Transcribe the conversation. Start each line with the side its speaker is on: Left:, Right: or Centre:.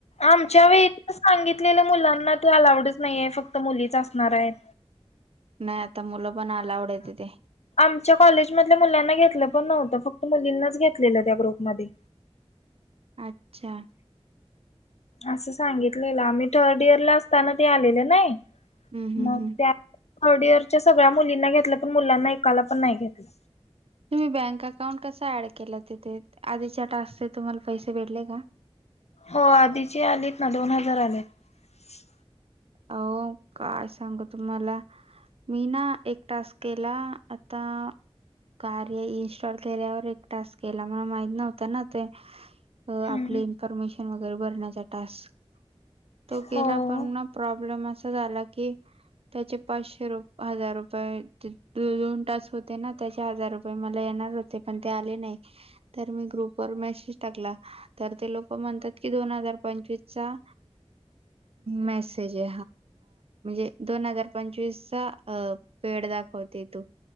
Left: आमच्या वेळीत सांगितलेल्या मुलांना ते अलाउडच नाही आहे फक्त मुलीच असणार आहेत
Right: नाही आता मुलं पण अलाउड आहे तिथे
Left: आमच्या कॉलेज मधल्या मुलांना घेतलं पण नव्हतं फक्त मुलींनाच घेतलेलं त्या ग्रुपमध्ये
Right: अच्छा
Left: असं सांगितलेलं आमही थर्ड इयर ला असताना ते आलेलं नाय
Right: हम्म हम्म
Left: मग
Right: हम्म
Left: त्या आवडीवर च्या सगळ्या मुलींना घेतलं पण मुलांना ऐकायला पण नाही घेतलं
Right: तुम्ही बँक अकाउंट कसा ऍड केला तिथे आधीच्या टास्क चे तुम्हाला पैसे भेटले का
Left: हो आधीची आलीत ना दोन हजार आलेत
Right: हो काय सांगू तुम्हाला मी ना एक टास्क केला आता कार्य इन्स्टॉल केल्यावर एक टास्क केला मला माहीत नव्हत ना ते अ
Left: हम्म.
Right: आपले इन्फॉर्मेशन वगैरे भरण्याचा टास्क तो केला
Left: हो.
Right: पण ना प्रॉब्लेम असा झाला की त्याचे पाचशे र हजार रुपये दोन टास्क होते ना त्याचे हजार रुपये मला येणार होते पण ते आले नाही तर मी ग्रुपवर मेसेज टाकला तर ते लोक म्हणतात की दोन हजार पंचवीस चा मेस ज म्हणजे हा दोन हजार पंचवीसचा पिरेअड दाखवते तो